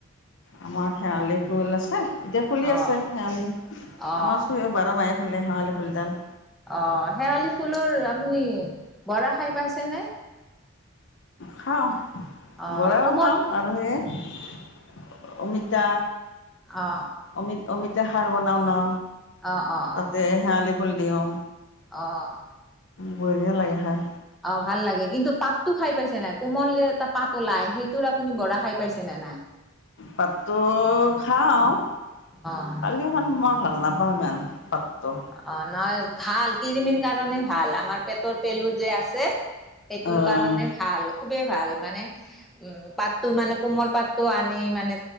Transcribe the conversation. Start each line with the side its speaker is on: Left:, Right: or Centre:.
Left: আমাৰ শেৱালি ফুল আছে। এতিয়া ফুলি
Centre: অ
Left: আছে শেৱালি,
Centre: অ
Left: আমাৰ চই-বাৰ মাহে ফুলে শেৱালি। ফুলদাল
Centre: অ', শেৱালি ফুলৰ আপুনি বৰা খাই পাইছেনে?
Left: খাওঁ।
Centre: অ
Left: বৰাও
Centre: কোমল
Left: খাওঁ আৰু সেই অমিতা,
Centre: অ
Left: অমিত-অমিতা। খাৰ বনাও ন।
Centre: অ অ অ
Left: তাতে শেৱালি ফুল পিওঁ।
Centre: অ'।
Left: বঢ়িয়া লাগে খাই।
Centre: অ', ভাল লাগে, কিন্তু পাতটো খাই পাইছে নাই, কোমল যে এটা পাত ওলাই সেইটোৰ আপুনি বৰা খাই পাইছেনে নাই?
Left: পাততো খাওঁ,
Centre: অ
Left: খালেও মানে মই ভাল নাপাওঁ ইমান, পাততো।
Centre: অ নহয় ভাল কিৰিমিৰ কাৰণে ভাল আমাৰ পেটৰ পেলু যে আছে। সেইটোৰ
Left: অ',
Centre: কাৰণে ভাল খুবেই ভাল। মানে উম, পাতটো মানে কোমল পাত টো আনি মানে